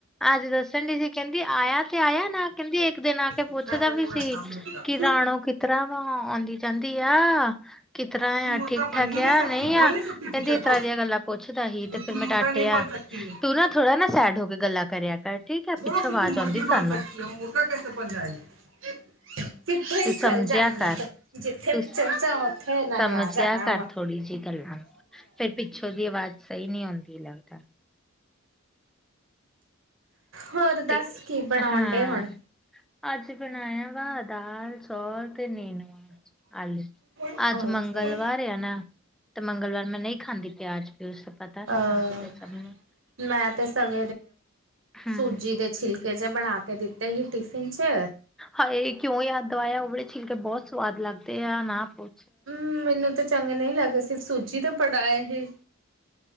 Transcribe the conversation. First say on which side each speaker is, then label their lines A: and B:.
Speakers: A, in the centre; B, on the right.
A: ਅੱਜ ਦਾ ਸੰ ਡੀ ਸੀ ਕਹਿੰਦੀ ਆਇਆ ਤੇ ਆਇਆ ਨਾ ਕਹਿੰਦੀ ਇੱਕ ਦਿਨ ਆ ਕੇ ਪੁੱਛਦਾ
B: ਅੱਛਾ ਕਰੇਗਾ
A: ਵੀ ਸੀ
B: ਸਾਹਮਣੇ ਦਾ
A: ਕਿ ਰਾਣੋ ਕਿਸ ਤਰ੍ਹਾਂ ਵ ਆਂਦੀ ਕਹਿੰਦੀ ਆ ਕਿਸ ਤਰ੍ਹਾਂ
B: ਤੂੰ
A: ਆ
B: ਮੁਰਗਾ
A: ਠੀਕ
B: ਬਣ
A: ਠਾਕ
B: ਹੀ
A: ਆ
B: ਸਕਤੀ
A: ਨਹੀਂ
B: ਬੋਲ
A: ਆ ਕਹਿੰਦੀ
B: ਸਕਤੀ ਟੀਚਰ
A: ਇਸ
B: ਕੋ
A: ਤਰ੍ਹਾਂ ਦੀਆਂ ਗੱਲਾਂ ਪੁੱਛ ਦਾ ਹੀ
B: ਕਿ
A: ਤੇ ਫੇਿਰ
B: ਤੂੰ ਮੁਰਗਾ
A: ਮੈਂ ਡਾਟਿਆ
B: ਨਹੀਂ ਬਣ ਸਕਤੀ ਹੈ
A: ਤੂੰ ਨਾ ਥੋੜਾ ਨਾ ਸੈਡ ਹੋ ਕੇ ਗੱਲਾਂ ਕਰਿਆ ਕਰ ਠੀਕ ਆ
B: ਬੋਲੋ
A: ਪਿੱਛੋਂ
B: ਕਿ
A: ਆਵਾਜ਼
B: ਤੂੰ ਮੁਰਗੀ
A: ਆਉਂਦੀ ਸਾਨੂੰ
B: ਬਣ ਸਕਤੀ ਹੋ ਮੁਰਗਾ ਕੈਸੇ ਬਣ ਜਾਏਗਾ ਕਿੱਥੇ ਹੀ
A: ਤੂੰ ਸਮਝਿਆ
B: ਚਲ ਜਾ ਇਹਨਾਂ
A: ਕਰ
B: ਤੋਂ ਜਿੱਥੇ
A: ਤੂੰ
B: ਵੀ ਚਲ ਚਾ ਉੱਥੇ ਇਹਨਾਂ
A: ਸਮਝਿਆ
B: ਨੇ ਆ ਜਾਣਾ
A: ਕਰ
B: ਵਾ
A: ਥੋੜ੍ਹੀ ਜਿਹੀ ਗੱਲਾਂ ਨੂੰ ਫੇਿਰ ਪਿੱਛੋਂ ਦੀ ਆਵਾਜ਼ ਸਹੀ ਨਹੀਂ ਆਉਂਦੀ ਲੱਗਦਾ
B: ਹੋਰ
A: ਤੇ
B: ਦੱਸ ਕੀ ਬਣਾਉਣ
A: ਹਾਂ
B: ਡੇ ਹੁਣ
A: ਅੱਜ ਬਣਾਇਆ ਵਾ ਦਾਲ ਚੋਲ ਤੇ ਨੀਨੂ ਹਲੇੇ
B: ਅੱਛਾ
A: ਅੱਜ ਮੰਗਲਵਾਰ ਆ ਨਾ ਤੇ ਮੰਗਲਵਾਰ ਮੈਂ ਨਹੀਂ ਖਾਂਦੀ ਪਿਆਜ ਪਿਊਜ ਤੇ ਪਤਾ
B: ਅਹ
A: ਨਾ ਖਾਂਦੀ ਤੇ ਸਭ ਨੂੰ
B: ਮੈਂ ਤੇ ਸਗ
A: ਹਮ
B: ਸੂਜੀ ਦੇ ਛਿਲਕੇ 'ਚ ਬਣਾ ਕੇ ਦਿੱਤੇ ਸੀ ਟਿਫਿਨ 'ਚ
A: ਹਾਏ ਕਿਉਂ ਯਾਦ ਦਵਾਇਆ ਉਹ ਵਾਲੇ ਛਿਲ ਕੇ ਬਹੁਤ ਸਵਾਦ ਲੱਗਦੇ ਆ ਨਾ ਪ
B: ਹਮ ਮੈਨੂੰ ਤਾਂ ਚੰਗੇ ਨਹੀਂ ਲੱਗੇ ਸਿਰਫ ਸੂਜੀ ਤੇ ਪੜਾਏ ਸੀ